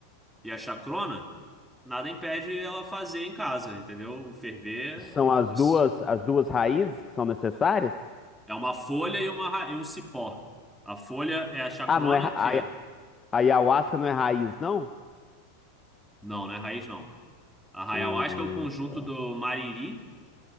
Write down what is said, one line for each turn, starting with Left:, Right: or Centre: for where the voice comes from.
Centre: e a chacrona, nada impede ela fazer em casa, entendeu? O ferver.
Left: São as
Centre: os-
Left: duas, as duas raízes que são necessárias?
Centre: É uma folha e, uma, ra- e um cipó. A folha é a chacrona,
Left: Ah, não é ra-
Centre: que
Left: aia-
Centre: é.
Left: ayahuasca não é raiz, não?
Centre: Não, né? Raiz não. A
Left: Ah,
Centre: ayahuasca é o conjunto
Left: tá.
Centre: do mariri,